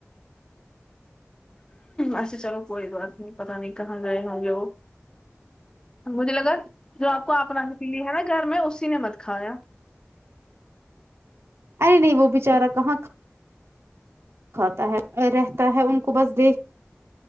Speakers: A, on the left; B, on the right.
A: اچھا چلو کوئی بات نہیں پتا نہیں کہاں گئے ہونگے وہ مجھے لگا جو آپ کو آپ نا کی بلی نا گھر میں اسی نے مت کھایا
B: ارے نہیں وہ بیچارا کہاں کا کھاتا ہے رہتا ہے ان کو بس دیکھ